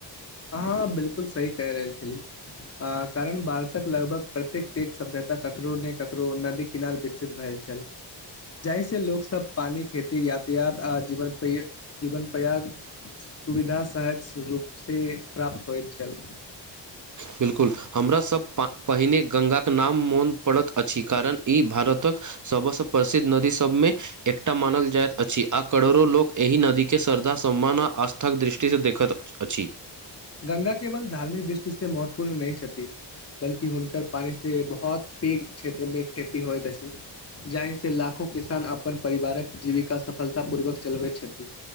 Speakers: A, on the left; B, on the right.
A: हँ बिलकुल सही कहि रहल छली आ कारण भारतक लगभग प्रत्येक पेघ सभ्यता ककरो ने ककरो नदीक किनार विकसित भेल छल जाहि से लोक सब पानी खेती यातायात आ जीवन प्र जीवन प्रयाग सुविधा सहज रूप से प्राप्त होइत छल
B: बिलकुल हमरा सभ पा पहिले गङ्गाक नाम मोन पड़ैत अछि कारण ई भारतक सब सँ प्रसिद्ध नदी सबमे एकटा मानल जाइत अछि आ करोड़ो लोक एहि नदी के श्रद्धा सम्मान आ आस्था के दृष्टि से देखत अछि
A: गंगा केवल धार्मिक दृष्टि से महत्वपूर्ण नहि छथि बल्कि हुनकर पानी से बहुत पैघ क्षेत्र मे खेती होइत अछि जाहि से लाखो किसान अपन परिवारक जीविका सफलता पूर्वक चलबैत छथि